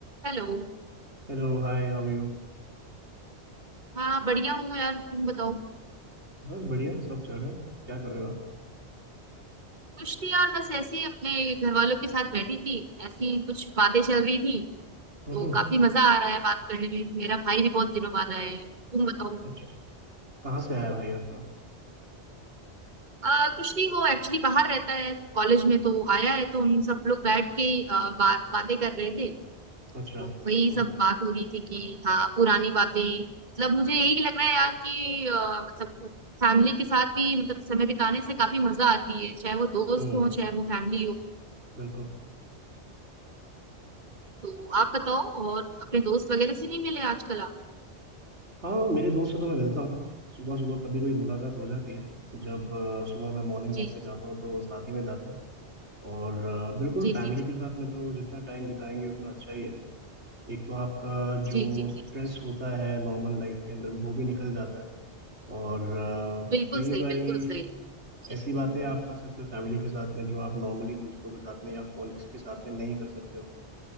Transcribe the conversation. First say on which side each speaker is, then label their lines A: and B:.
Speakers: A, on the right (about 45°); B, on the right (about 85°).
A: Hello
B: Hello hi how are you
A: हाँ बढ़िया हूँ यार तुम बताओ
B: बस बढ़िया सब चल रहा है क्या कर रहे हो आप
A: कुछ नहीं यार बस ऐसे ही अपने घर वालों के साथ बैठी थी ऐसी कुछ बातें चल रही थी
B: हम्म
A: तो
B: हम्म,
A: काफी मजा आ रहा है बात करने में मेरा भाई भी बहुत दिनों बाद आया है तुम बताओ
B: अच्छा कहाँ से आया भाई आपका
A: आ, कुछ नहीं वो एक्चुअली बाहर रहता है कॉलेज में तो आया है तो हम सब लोग बैठ के आ, बात बातें कर रहे थे तो
B: अच्छा
A: वही सब
B: ओके
A: बात हो रही थी कि हाँ पुरानी बातें मतलब मुझे यही लग रहा है यार कि आ, मतलब फैमिली के साथ भी मतलब समय बिताने से काफी मजा आती है चाहे वो दोस्त
B: हम्म
A: हो चाहे वो फैमिली हो
B: बिल्कुल
A: तो आप बताओ और अपने दोस्त वगैरह से नहीं मिले आजकल आप
B: हाँ मेरे दोस्त से तो मैं मिलता हूँ सुबह सुबह कभी कभी मुलाकात हो जाती है जब अ, सुबह मैं मॉर्निंग
A: जी
B: वॉक पे जाता हूँ तो साथ ही में जाते हैं और अ, बिल्कुल
A: जी
B: फैमिली
A: जी
B: के साथ में तो जितना टाइम बिताएंगे उतना अच्छा ही है एक तो आपका जो
A: जी जी जी
B: स्ट्रेस होता है नॉर्मल लाइफ के अंदर वो भी निकल जाता है और अ,
A: बिल्कुल
B: कई
A: सही
B: बारी
A: बिल्कुल सही जी
B: ऐसी
A: जी।
B: बातें आप कर सकते हो फैमिली के साथ में जो आप नॉर्मली दोस्तों के साथ में या कॉलिग्स के साथ में नहीं कर सकते हो